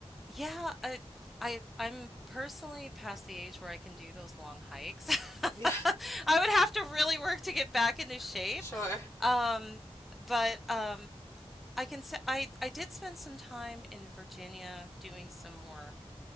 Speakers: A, in the centre; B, on the left.
A: Yeah, I I I'm personally past the age where I can do those long hikes. <laughs>
B: Yeah,
A: I would have to really work to get back into shape.
B: <laughs> sure.
A: Um, but um I can say I I did spend some time in Virginia doing some work